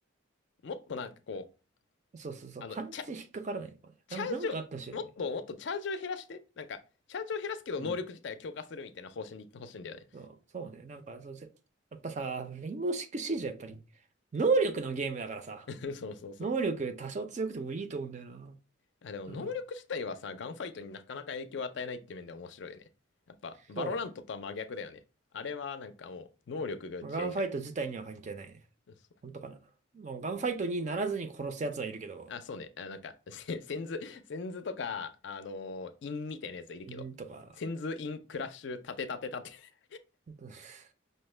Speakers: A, on the left; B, on the right.
A: もっとなんかこう、
B: そうそうそう。
A: あの、
B: 勘違い引っかからないのかね。
A: チャ、チャージを、
B: なん、なんかあったしいよね。
A: もっともっとチャージを減らして、なんか、チャージを減らすけど能力自体を強化するみたいな方針で言ってほしいんだよね。
B: うん。そう、そうね。なんか、そう、ぜやっぱさ、レインボーシックスシージはやっぱり、能力のゲームだからさ、
A: <laughs> そうそうそう。
B: 能力多少強くてもいいと思うんだよな。
A: あ、でも能力自体はさ、
B: そうそう。
A: ガンファイトになかなか影響を与えないって面で面白いよね。やっぱ、バロラントとは真逆だよね。
B: そうだね。
A: あれはなんかもう、能力が打ち合いじゃん。
B: まあガンファイト自体には関係ないね。
A: そう
B: 本当かな。もうガンファイトにならずに殺す奴はいるけど、
A: あ、そうね。あ、なんか、せセンズ、センズとか、あのーインみたいなやつはいるけど、
B: んーとか、
A: センズインクラッシュ、立て立て立て。
B: <laughs>